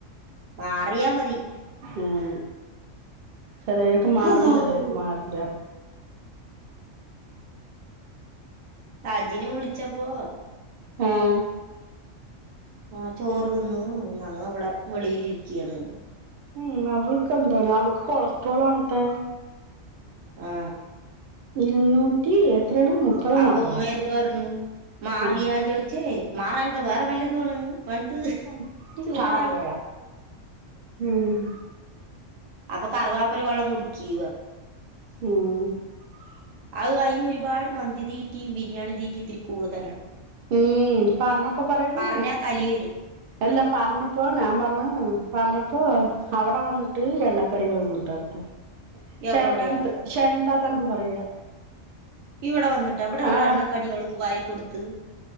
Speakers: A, on the right; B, on the right.
A: മാറിയാ മതി
B: ഉം ചെറിയൊക്ക്മാറും
A: അല്ലാഹു
B: ചെറിയൊക്ക് മാറില്ല
A: രാജിനെ വിളിച്ചപ്പോ
B: ഉം
A: ആഹ ചോറ് നിന്നു ഞങ്ങ ഇവിടെ വെളിരിക്കുകയാണ്
B: ഉം അവളക്ക് എന്തെന്ന് അവ് ക്ക് കൊളസ്ട്രോൾ ആണ് ഇത്തെ
A: ആഹ
B: ഇരുന്നൂറ്റി എത്രയാണ് മുപ്പതോ
A: അപ്പൊ
B: നാപ്പതോ
A: ഉമ്മ എന്ത് പറഞ്ഞു മാറിയാ
B: ആഹ്
A: ചോദ ച്ചേ മാറാൻ എന്താ വേറെ വല്ലതു ആണ് പറഞ്ഞിട്ട്
B: <unintelligible>
A: ചൂടാകണ്
B: ചാടാൻ പോയ ഉം
A: അപ്പൊ കറുവാപ്പല വെള്ളം കുടിക്കീ പറഞ്ഞു
B: ഉം
A: അത് അയിന് ഒരുപാട് മന്തി തീറ്റിയും ബിരിയാണി തീറ്റി ഇത്തിരി കൂടുതലാണ്
B: ഉം പറഞ്ഞപ്പ പറയണ്
A: പറഞ്ഞാ കലി വരും
B: എല്ലാ പറഞ്ഞപ്പ ഞാൻ പറഞ്ഞു പറഞ്ഞപ്പോ അവിടെ വന്നട്ട് എണ്ണകടികള് തന്നിട്ടാടുത്ത
A: എവിടെവിടെയാ
B: ശാന്ത് ശാന്ത ത എന്ത് പറയാ
A: ഇവിടെ വ ന്നിട്ടോ ഇവിടെവിടെ
B: ആ
A: എണ്ണക്കടി അവക്ക് വായി കൊടുത്ത് ത്ത്